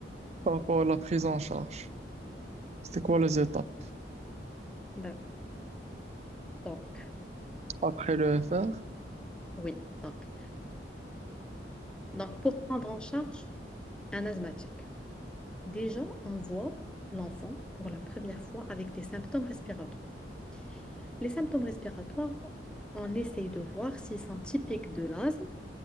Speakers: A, on the right (about 35°); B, in the centre.
A: Par rapport à la prise en charge, c'était quoi les étapes?
B: D'ac- Donc,
A: Après le FR?
B: oui, donc, donc pour prendre en charge un asthmatique. Déjà, on voit l'enfant pour la première fois avec des symptômes respiratoires. Les symptômes respiratoires, on essaye de voir s'ils sont typiques de l'asthme